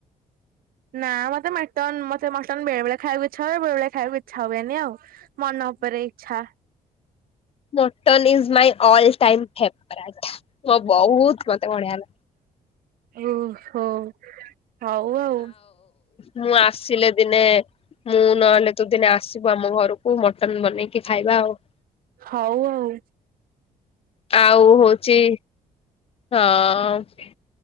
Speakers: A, on the right; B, on the left.
A: ନାଁ ମତେ ମଟନ ମ ସେ ମଟନ୍ ବେଳେ ବେଳେ ଖଇବାକୁ ଇଚ୍ଛା ହୁଏ ବେଳେ ବେଳେ ଖାଇବାକୁ ଇଚ୍ଛା ହୁଏନି ଆଉ। ମନ ଉପରେ ଇଚ୍ଛା।
B: Mutton is my all time favourite. ଓଁ ବହୁତ ମତେ ବଢିଆ
A: ଓହୋ ହଉ ଆଉ।
B: ମୁଁ ଆସିଲେ ଦିନେ ମୁଁ ନହେଲେ ତୁ ଦିନେ ଆସିବୁ ଆମ ଘରକୁ ମ ମଟନ ବନେଇକି ଖାଇବା ଆଉ। <inaudible>
A: ହଉ ଆଉ
B: ଆଉ ହଉଛିି ହଁ